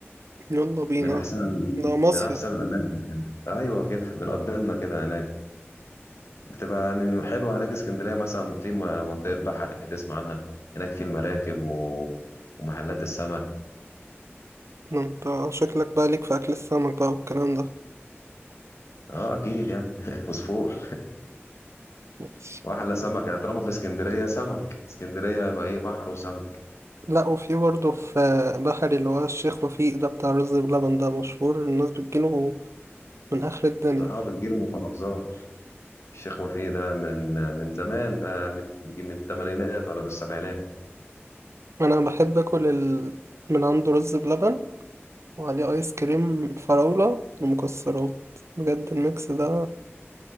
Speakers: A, on the right (about 85°); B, on the left (about 75°).
A: يلا بينا
B: من أحسن
A: ده مصيف
B: من أحسن الأماكن كده أيوة كده بنقضي لنا كده هناك بتبقى يعني حلوة هناك اسكندرية مثلا في م- منطقة بحر تسمع عنها هناك في المراكب و... ومحلات السمك
A: ده انت شكلك بقى ليك في اكل السمك بقى والكلام ده
B: اه اكيد يعني <laughs> فوسفور
A: ماشي
B: واحلى سمك يعني طالما في اسكندريه سمك اسكندريه يبقى ايه بحر وسمك
A: لا وفي برضه في بحري اللي هو الشيخ وفيق ده بتاع رز بلبن ده مشهور الناس بتجيله من آخر الدنيا
B: اه بتجيله من المحافظات الشيخ وفيه ده من من زمان آه من من الثمانينات ولا من السبعينات
A: أنا بحب أكل ال... من عنده رز بلبن وعليه آيس كريم فراولة ومكسرات بجد الميكس ده